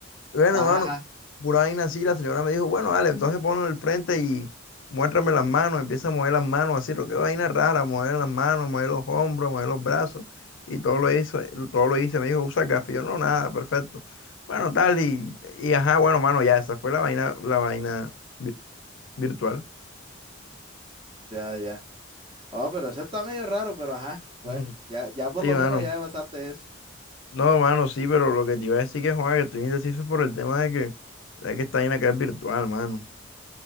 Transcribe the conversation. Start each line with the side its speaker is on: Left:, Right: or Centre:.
Left: Bueno,
Right: Ajá,
Left: hermano,
Right: ajá.
Left: pura vaina así, la señora me dijo, bueno, dale, entonces ponlo en el frente y muéstrame las manos, empieza a mover las manos, así, lo que vaina rara, mover las manos, mover los hombros, mover los brazos, y todo lo hizo, eh, todo lo hice, me dijo, usa gafas, y yo, no, nada, perfecto. Bueno, tal, y, y ajá, bueno, mano, ya, esa fue la vaina, la vaina vir- virtual.
Right: Ya, ya. Oh, pero eso está medio raro, pero ajá. Bueno,
Left: Ujú.
Right: ya, ya por
Left: Sí,
Right: lo
Left: mano.
Right: menos ya pasaste eso.
Left: No, mano, sí, pero lo que te iba a decir que, Juan, que estoy indeciso por el tema de que, de que esta vaina acá es virtual, mano.